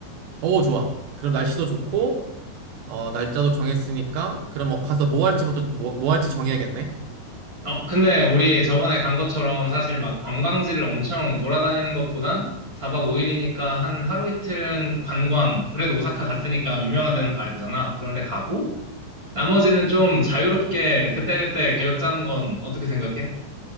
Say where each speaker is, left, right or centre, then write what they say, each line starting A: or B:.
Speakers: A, on the right; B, on the right.
A: 오, 좋아. 그럼 날씨도 좋고 어, 날짜도 정했으니까 그럼 뭐 가서 뭐 할지부터 뭐, 뭐 할지 정해야겠네.
B: 어, 근데 우리 저번에 간 것처럼 사실 막 관광지를 엄청 돌아다니는 것보단 4박 5일이니까 한 하루 이틀은 관광, 그래도 오사카 갔으니까 유명한 데는 봐야 되잖아. 그런데 가고, 나머지는 좀 자유롭게 그때그때 계획 짜는 건 어떻게 생각해?